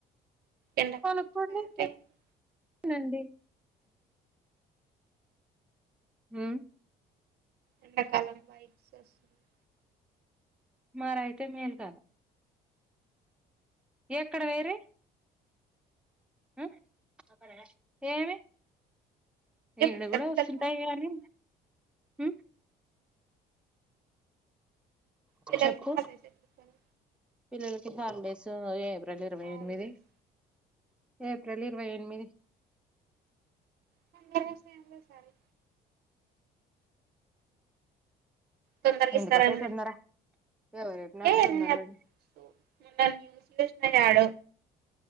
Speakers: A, on the right (about 70°); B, in the centre.
A: ఎండాకాలం
B: కొనుకునేకి
A: స్టార్ట్ అయింది
B: అండి ఉమ్
A: ఎండకాలంలో ఐస్ వస్తున్నాయి
B: మరయితే మేల్ కదా ఎక్కడ పేరీ ఉమ్ ఏమి
A: ఎప్పుడు
B: ఇడ
A: ఇస్తారు
B: కూడా
A: పిల్లలకి
B: వస్తుంటాయి
A: హాలిడేస్
B: కానీ ఉమ్
A: పిల్లలకి
B: చెప్పు
A: హాలిడేస్ ఎప్పుడు ఇస్తారు
B: పిల్లలకి హాలిడేస్ లేవ్ ప్రజరు
A: హాలిడేస్
B: ఎనిమిది ఏప్రిల్ ఇరవై ఎనిమిది
A: పండగ వస్తుంటాయండి ఈసారి తొందరకి
B: ఎందుకు
A: ఇస్తారండి
B: వస్తాయి తొందర ఎవరు చెప్పినారు
A: అంటే
B: తొందరగా
A: నేను ఎపు
B: అని
A: నిన్న న్యూస్ లో చూసినండి యాడో